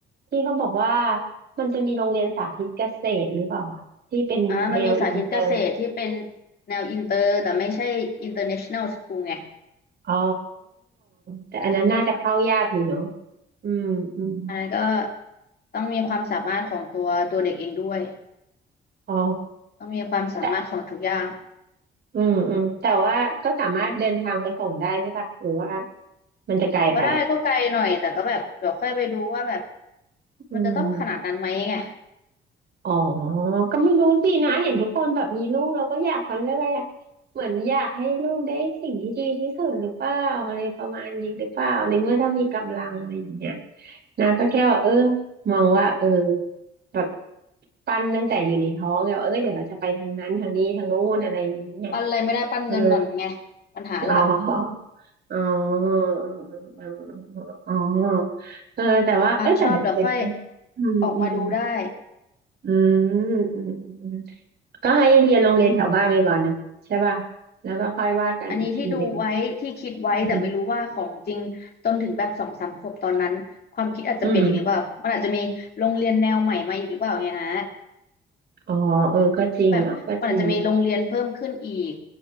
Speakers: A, on the right; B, on the left.
A: ที่เขาบอกว่ามันจะมีโรงเรียนสาธิตเกษตรหรือเปล่าอ่ะที่เป็นแนวอินเตอร์
B: อ่ามันมีสาธิตเกษตรที่เป็นแนวอินเตอร์แต่ไม่ใช่ international school ไง
A: อ๋อแต่อันนั้นน่าจะเข้ายากอยู่เนาะอืมอืม
B: อันนั้นก็ต้องมีความสามารถของตัวตัวเด็กเองด้วย
A: อ๋อ
B: ต้องมีความสามารถของทุกอย่าง
A: แต่อืมอืมแต่ว่าก็สามารถเดินทางไปส่งได้ใช่ปะหรือว่ามันจะไกลไป
B: ก็ได้ก็ไกลหน่อยแต่ก็แบบเดี๋ยวค่อยไปดูว่าแบบ
A: อืม
B: มันจะต้องขนาดนั้นไหมไง
A: อ๋อก็ไม่รู้สินะเห็นทุกคนแบบมีลูกแล้วก็อยากเขาเรียกอะไรอะเหมือนอยากให้ลูกได้สิ่งที่ดีที่สุดหรือเปล่าอะไรประมาณนี้หรือเปล่าในเมื่อถ้ามีกำลังอะไรอย่างเงี้ยนะก็แค่ว่าเออมองว่าเออแบบ ปั้นตั้งแต่อยู่ในท้องไงว่าเออเดี๋ยวเราจะไปทางนั้นทางนี้ทางโน้นอะไรอย่างเงี้ย
B: ปั้นอะไรไม่ได้ปั้นเงินหน่อนไง
A: เออ
B: ปัญหาล่ะ
A: อ๋ออ๋ออ๋ออ๋อเออแต่ว่า
B: ความชอบเดี๋ยวค่อย
A: เอยแต่เด็กอืมอืม
B: ออกมาดูได้
A: อืมอืมอืมก็ให้เรียนโรงเรียนแถวบ้านไปก่อนเนาะใช่ป่ะแล้วก็ค่อยว่ากันอีกทีหนึ่ง
B: อันนี้ที่ดูไว้ที่คิดไว้แต่ไม่รู้ว่าของจริงจนถึงแบบสองสามขวบตอนนั้นความคิดอาจจะเปลี่ยนอีกหรือเปล่ามันอาจจะมีโรงเรียนแนวใหม่มาอีกหรือเปล่าไงนะ
A: อืมอืมอ๋อเออก็จริงเนาะก็จริง
B: แบบมันอาจจะมีโรงเรียนเพิ่มขึ้นอีก